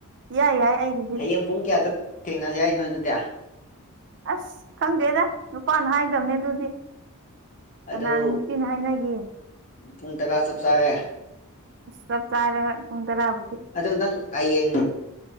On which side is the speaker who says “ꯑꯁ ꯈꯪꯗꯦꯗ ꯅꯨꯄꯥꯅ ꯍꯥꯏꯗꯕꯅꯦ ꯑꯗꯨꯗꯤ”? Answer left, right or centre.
Right